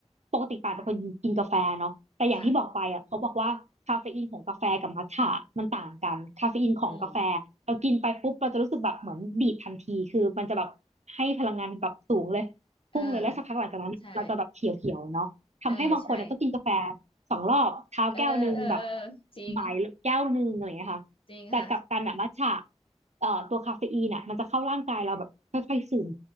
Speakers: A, on the right; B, on the left.
A: ปกติป่านเป็นคนกินกาแฟเนาะแต่อย่างที่บอกไปอ่ะเขาบอกว่าคาเฟอีนของกาแฟกับมัทฉะมันต่างกันคาเฟอีนของกาแฟ
B: ค่ะอืม
A: เรากินไปปุ๊บเราจะรู้สึกแบบเหมือนดีดทันทีคือมันจะแบบให้พลังงานแบบสูงเลยพุ่งเลยแล้วสักพักหลังจากนั้นเราจะแบบเขียวๆเนาะทำให้บางคนอะต้องกินกาแฟ
B: เออใช่เออใช่
A: สองรอบเช้าแก้วหนึ่งแบบ
B: เออเออเออจริง
A: บ่ายแก้วหนึ่งอะไรอย่างเงี้ยค่ะแต่กลับกันอะมัทฉะ
B: จริงค่ะ
A: เอ่อตัวคาเฟอีนอ่ะมันจะเข้าร่างกายเราแบบค่อยๆซึม